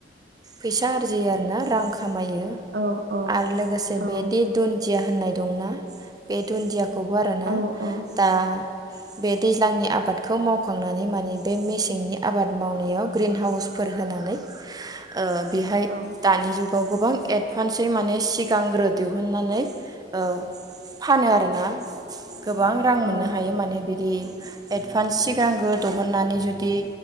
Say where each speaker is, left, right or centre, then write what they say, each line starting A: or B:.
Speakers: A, on the right; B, on the right.
A: फैसा आरजियो आ रोना रां खामायो
B: औ औ
A: आरो लोगोसे
B: औ
A: बेदि दुन दिया होननाय दंना। बेे दुनदिया खौ बो आरो ना
B: औ औ
A: दा बे दैज्लांनि आबादखौ मावखांनानै माने बे मेसेंनि आबाद मावनायाव ग्रिन हाउसफोर होनानै ओ बेहाय
B: औ
A: दानि जुगाव गोबां एडभान्सै माने सिगांग्रो दिहुनन्नानै ओ फानो आरो ना गोबां रां मोननो
B: औ
A: हायो माने बिदि एडभान्स सिगांग्रो दहननानै जुदि